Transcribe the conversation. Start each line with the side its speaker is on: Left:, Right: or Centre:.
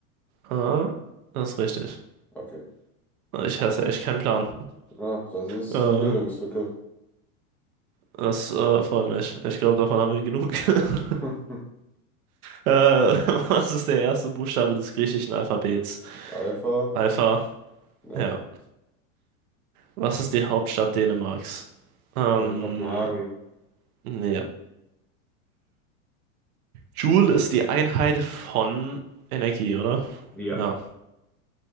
Right: Ah, das ist richtig.
Centre: Okay.
Right: Ich hasse echt keinen Plan.
Centre: Ach, das ist
Right: Äh,
Centre: eine Bildungslücke.
Right: das äh, freut mich. Ich glaube, davon haben wir genug. <laughs>
Centre: <laughs>
Right: Äh, was ist der erste Buchstabe des griechischen Alphabets?
Centre: Alpha.
Right: Alpha.
Centre: Ja.
Right: Ja. Was ist die Hauptstadt Dänemarks? Ähm,
Centre: Äh, Kopenhagen.
Right: ja. Joule ist die Einheit von Energie, oder?
Centre: Ja.
Right: Ja,